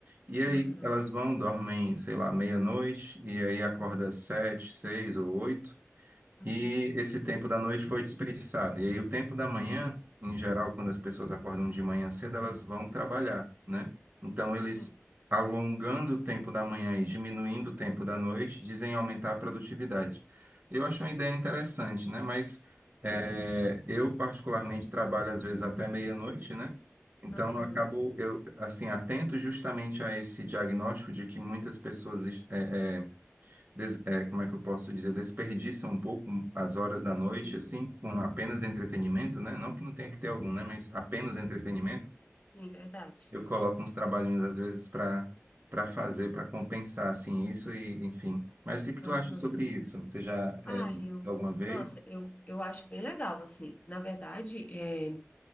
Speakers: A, on the right; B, on the left.
A: E aí
B: Aham,
A: elas vão, dormem, sei lá, meia-noite, e aí acorda às sete, seis ou oito,
B: uhum,
A: e esse tempo da noite foi desperdiçado. E aí, o tempo da manhã, em geral, quando as pessoas acordam de manhã cedo, elas vão trabalhar, né? Então, eles
B: Sim,
A: alongando o tempo da manhã e diminuindo o tempo da noite, dizem aumentar a produtividade. Eu acho uma ideia interessante, né? Mas é, eu, particularmente, trabalho às vezes até meia-noite, né? Então,
B: aham,
A: eu acabo, eu, assim, atento justamente a esse diagnóstico de que muitas pessoas é, é, des- é, como é que eu posso dizer, desperdiça um pouco as horas
B: Sim,
A: da noite, assim, com
B: aham,
A: apenas entretenimento, né? Não que não tenha que
B: Sim,
A: ter algum, né? Mas apenas entretenimento.
B: sim, verdade.
A: Eu coloco uns trabalhinhos, às vezes, para para fazer, para compensar, assim, isso e, enfim. Mas o que que tu
B: Aham.
A: acha sobre isso? Você já, é,
B: Ah, eu,
A: alguma vez?
B: nossa, eu, eu acho bem legal, assim. Na verdade, é.